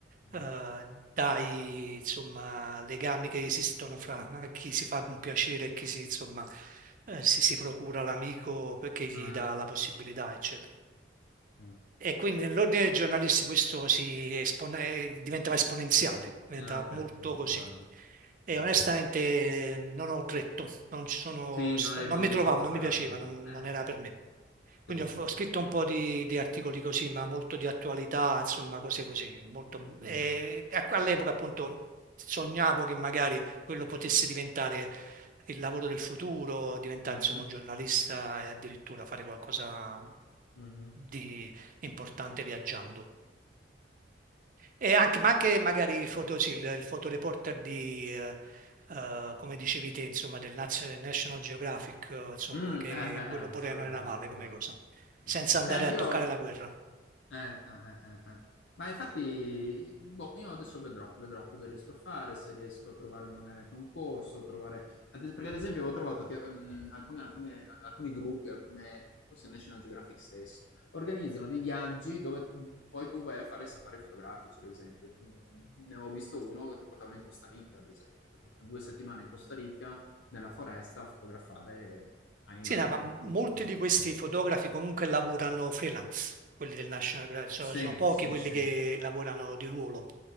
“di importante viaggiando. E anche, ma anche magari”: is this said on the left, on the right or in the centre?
Right